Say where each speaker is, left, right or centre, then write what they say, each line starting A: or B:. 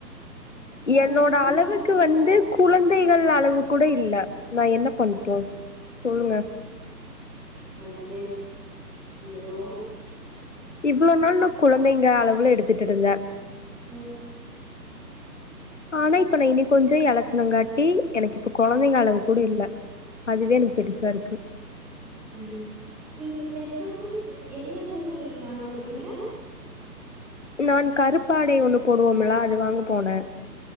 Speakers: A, in the centre; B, on the left (about 45°).
A: ஓ
B: என்னோட
A: துணி
B: அளவுக்கு
A: வாங்குனீங்களா
B: வந்து குழந்தைகள் அளவு கூட இல்ல நா என்ன பண்ட்டு சொல்லுங்க
A: அய்யய் யோ
B: இவ்ளோ நாள் நா குழந்தைங்க அளவுல எடுத்துட்ருந்தே
A: ம்
B: ஆனா இப்ப நா இனி கொஞ்ச எலச்சனங்காட்டி எனக்கு இப்போ கொழந்தைங்க அளவு கூட இல்ல அதுவே எனக்கு பெருசா இருக்கு
A: ம் நீங்க பெசங்ளுக்கு என்ன துணி வாங்க போறீங்க
B: நான் கருப்பாடை ஒண்ணு போடுவோம்ல அது வாங்க போன